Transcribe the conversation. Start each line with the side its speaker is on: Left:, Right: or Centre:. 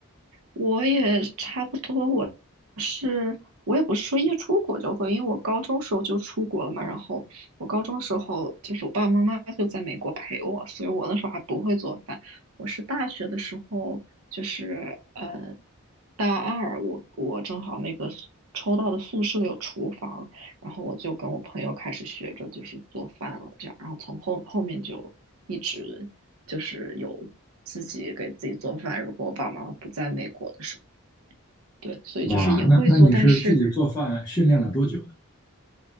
Right: 我也差不多，我是我也不是说一出国就会，因为我高中时候就出国了嘛。然后我高中时候就是我爸爸妈妈就在美国陪我，所以我那时候还不会做饭。我是大学的时候，就是呃大二我我正好那个宿抽到的宿舍有厨房，然后我就跟我朋友开始学着就是做饭了，这样，然后从后后面就一直就是有自己给自己做饭。如果我爸爸妈妈不在美国的时候，对，所以就是也会做，
Left: 哇，那那你是自己做饭训练了多久呢？
Right: 但是